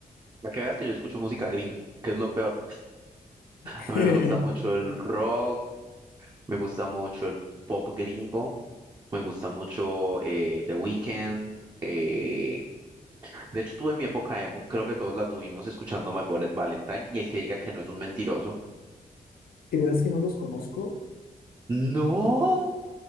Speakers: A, on the right; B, on the left.
A: Para que veas que yo escucho música gringa, que es lo peor.
B: <laughs>
A: A mí
B: ¿De
A: me gusta mucho el rock, me gusta mucho el pop gringo, me gusta mucho eh, The Weeknd. eh, De hecho, tuve mi época emo, creo que todos la tuvimos escuchando My Bullet Valentine y el que diga que no es un mentiroso.
B: veras que no los conozco?
A: No,